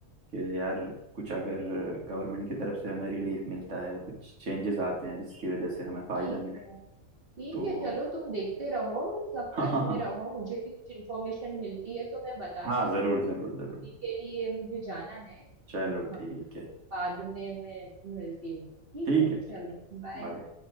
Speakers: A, on the right; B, on the right.
A: कि यार कुछ अगर गवर्नमेंट की तरफ से हमें रिलीफ मिलता है कुछ चेंजेस आते हैं जिसकी वजह से हमें फायदा
B: ठीक
A: मिले
B: है ठीक
A: तो
B: है चलो तुम देखते रहो सब
A: <laughs>
B: टच
A: हाँ
B: में रहो मुझे भी कुछ इन्फॉर्मेशन मिलती है तो मैं बताती
A: हाँ
B: हूँ
A: जरूर जरूर जरूर
B: अभी के लिए मुझे जाना है हाँ,
A: चलो ठीक है
B: बाद में मैं मिलती हूँ ठीक
A: ठीक
B: है
A: है ठीक
B: चलो
A: है,
B: बाय
A: बाय